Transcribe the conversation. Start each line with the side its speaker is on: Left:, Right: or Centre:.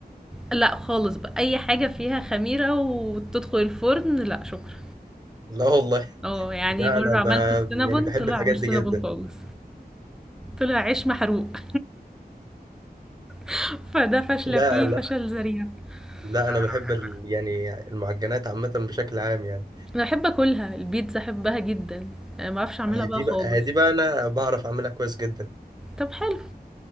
Centre: لا خالص بقى أي حاجة فيها خميرة وتدخل الفرن لا شكرا
Right: لا والله
Centre: اه يعني
Right: لا
Centre: مرة
Right: انا
Centre: عملت
Right: ب...
Centre: السينابون
Right: يعني بحب
Centre: طلع
Right: الحاجات
Centre: مش
Right: دي
Centre: سينابون
Right: جدا
Centre: خالص طلع عيش محروق <laughs> فده فاشلة
Right: لا
Centre: فيه لا
Right: لا
Centre: لا فشل ذريع
Right: لا
Centre: لا
Right: انا بحب
Centre: انا بحب
Right: ال...
Centre: ال-
Right: يعني المعجنات عامه بشكل عام يعني
Centre: أنا بحب أكلها البيتزا أحبها جدا آه، معرفش أعملها
Right: دي
Centre: بقى خالص
Right: بقى دي بقى انا بعرف اعملها كويس جدا
Centre: طب حلو